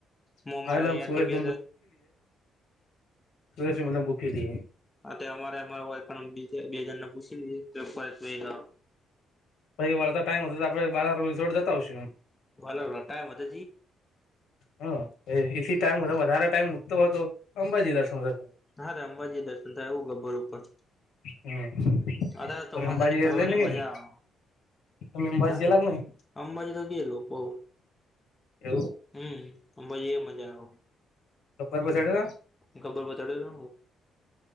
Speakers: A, on the left; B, on the left.
A: મો
B: એટલે
A: મારા અંથી
B: સુરેશ
A: બે.
B: સુ મને બૂકીધ.
A: આ અમારે અ હોય પણજ બે જણને પૂછી લ.
B: પછ વળતા ટાઈમ હતો તો આપણે બારોડ જતા આવશું એમ.
A: ભ ટાઈમ. <unintelligible>
B: હ એથી ટાઈમ વધારે ટાઈમ મૂકતો હોય તો અંબાજી દર્શન કર.
A: હારે અંબાજી દર્શન થાય એવું ગબ્બર ઉપર.
B: હમ
A: અત
B: તમે
A: ચોમાસાની
B: અંબાજી
A: ફરવાની
B: એ લઈને
A: મજા
B: ગઈ
A: આવે.
B: તમે અંબાજી
A: હા
B: જેલા કે નહી
A: અંબાજી તો ગેલો બઉ.
B: એવું.
A: હમ, મજ મજા.
B: કપર પછાડે?
A: ખબર પ ચડેને,